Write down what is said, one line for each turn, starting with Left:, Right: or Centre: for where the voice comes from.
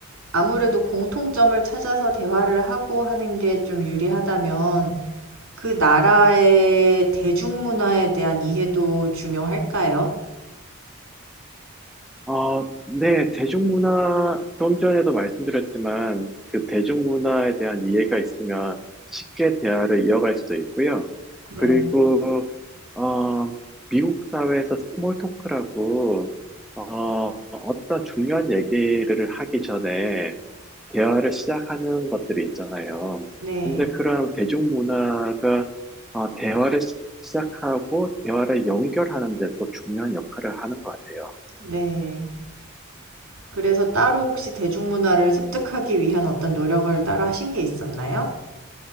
Right: 아무래도 공통점을 찾아서 대화를 하고 하는 게 좀 유리하다면 그 나라의 대중문화에 대한 이해도 중요할까요?
Centre: 어, 네, 대중문화, 좀 전에도 말씀드렸지만, 그 대중문화에 대한 이해가 있으면 쉽게 대화를 이어갈 수도 있고요.
Right: 네,
Centre: 그리고, 어, 미국 사회에서 스몰 토크라고, 어, 어떤 중요한 얘기를 하기 전에 대화를 시작하는 것들이 있잖아요.
Right: 네.
Centre: 근데 그런 대중문화가, 어, 대화를 시- 시작하고 대화를 연결하는 데 또 중요한 역할을 하는 것 같아요.
Right: 네. 그래서 따로 혹시 대중문화를 습득하기 위한 어떤 노력을 따로 하신 게 있었나요?